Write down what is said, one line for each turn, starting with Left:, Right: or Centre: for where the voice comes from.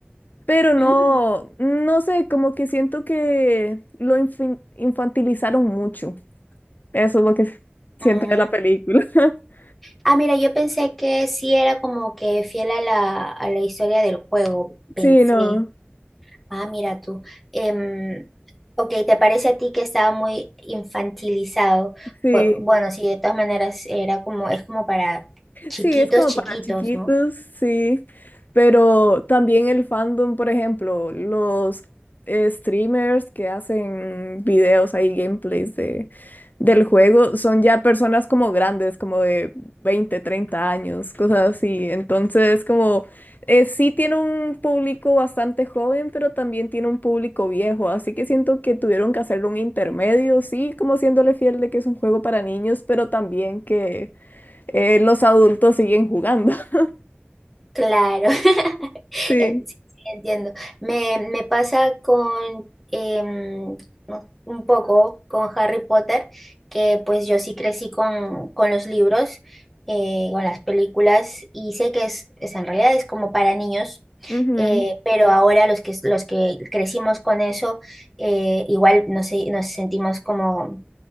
Left: Pero no,
Centre: Mm,
Left: no sé, como que siento que lo infin- infantilizaron mucho. Eso es lo que siento
Centre: mm.
Left: de la película. <laughs>
Centre: Ah, mira, yo pensé que sí era como que fiel a la, a la historia del juego, pensé.
Left: Sí, no,
Centre: Ah, mira tú. Em, Ok, ¿te parece a ti que estaba muy infantilizado?
Left: sí.
Centre: Pu- bueno, sí, de todas maneras era como, es como para chiquitos,
Left: Sí, es como
Centre: chiquitos,
Left: para chiquitos,
Centre: ¿no?
Left: sí. Pero también el fandom, por ejemplo, los eh, streamers que hacen videos ahí, gameplays de, del juego, son ya personas como grandes, como de 20 30 años, cosas así. Entonces, como eh, sí tiene un público bastante joven, pero también tiene un público viejo. Así que siento que tuvieron que hacerle un intermedio, sí, como siéndole fiel de que es un juego para niños, pero también que eh, los adultos siguen jugando. <laughs>
Centre: Claro. <laughs>
Left: Sí.
Centre: Eh, sí, sí, entiendo. Me, me pasa con em, no, un poco con Harry Potter, que pues yo sí crecí con, con los libros, eh, con las películas, y sé que es, es en realidad es como para niños,
Left: Ujú,
Centre: eh, pero ahora los que, los que crecimos con eso, eh, igual nos, se- nos sentimos como